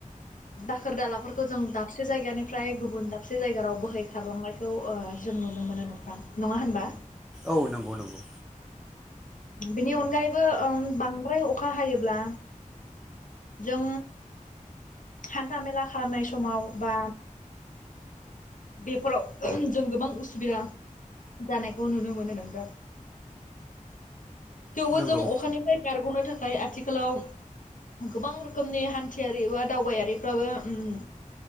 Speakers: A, on the left (about 70°); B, in the centre.
A: दाखोर दालाफोरखौ जों दाबसे जायगानिफ्राय गुब गुबुन दाबसे जायगाव राव बोहै खारलांनायखौ ओ जों नुनो मोनो नोंथां नङा होनबा?
B: औ नंगौ-नंगौ
A: बिनि अनगायैबो ओ बांद्राय अखा हायोब्ला जों हान्था मेला खालामनाय समाव बा बेफोराव जों गोबां उसुबिदा जानायखौ नुनो मोनो नोंथां थेवबो
B: नंगौ
A: जों अखानिफ्राय बारगनो थाखाय आथिखालाव गोबां रोखोमनि हान्थियारि बा दावबायारिफ्राबो अम